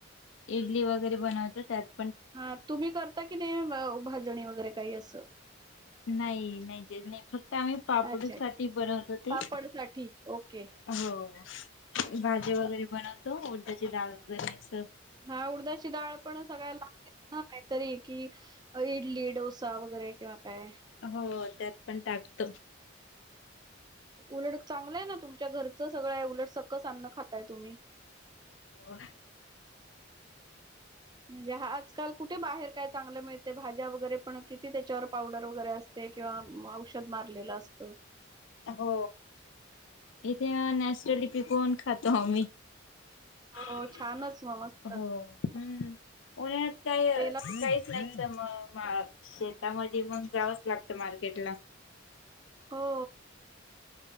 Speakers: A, on the left; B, on the right.
A: इडली वगैरे बनव त्या <unintelligible>
B: हा तुम्ही करता की नाही भाजणी वगैरे काही अस?
A: नाही नाही त्याज नाही फक्त आम्ही पापडीसाठी
B: अच्छा, अच्छा.
A: बनवतो ते.
B: पापडसाठी ओके.
A: हो, भाजी वगैरे बनवतो, उडदाची डाळ वगैरे अस.
B: हा उडदाची डाळ पण सगळ्याला लागते. हां काहीतरी कि इडली, डोसा वगैरे किंवा काय.
A: हो, त्यात पण टाकतो.
B: उलट चांगलय ना, तुमच्या घरच सगळ आहे, उलट सकस अन्न खाताय तुम्ही.
A: हो.
B: म्हणजे, आजकाल कुठे बाहेर काय चांगल मिळतय? भाज्या वगैरे पण किती त्याच्यावर पावडर वगैरे असती. ते किंवा औषध मारलेल असत.
A: हो, इथे नॅचरली पिकवून खातो आम्ही.
B: हो
A: हो,
B: छानच मग मस्तच
A: हम्म उन्हाळ्यात काय काही.
B: तेला
A: नाही तर मग शेतामध्ये, मग जावच लागत मार्केटला.
B: हो.